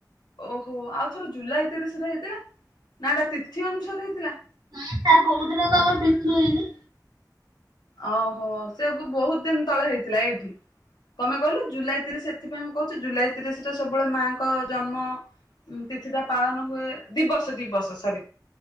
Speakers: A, on the left; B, on the right.
A: ଓହୋ। ଆଉ ଥରେ ଜୁଲାଇ ତିରିଶରେ ହେଇଥିଲା। ନା ଏଇଟା ତିଥି ଅନୁସାରେ ହେଇଥିଲା?
B: ହ ତା କହୁଥିଲ ତମେ ତିଥି ହେଇନି?
A: ଓହୋ, ସେସବୁ ବହୁତ ଦିନ ତଳେ ହେଇଥିଲା ଏଇଠି। ତମେ କହିଲ ଜୁଲାଇ ତିରିଶ ଏଥିପାଇଁ ମୁଁ କହୁଛି, ଜୁଲାଇ ତିରିଶରେ ସବୁବେଳେ ମାଆଙ୍କ ଜନ୍ମ ଉମ୍ ତିଥିିଟା ପାଳନ ହୁଏ, ଦିବସ ଦିବସ ସରି